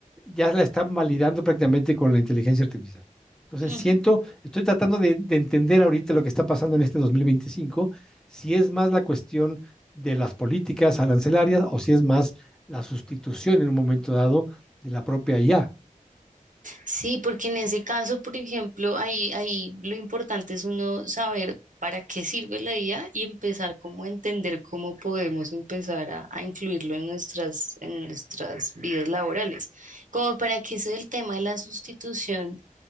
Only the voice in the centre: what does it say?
ya la están validando prácticamente con la inteligencia artificial. Entonces
siento, estoy tratando de, de entender ahorita lo que está pasando en este 2025 si es más la cuestión de las políticas arancelarias o si es más la sustitución en un momento dado de la propia IA.